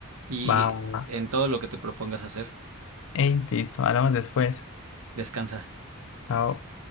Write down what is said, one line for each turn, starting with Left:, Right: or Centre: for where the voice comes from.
Right: y
Left: va,
Right: en todo lo que te propongas hacer.
Left: Hey, listo, hablamos después.
Right: Descansa.
Left: Chao.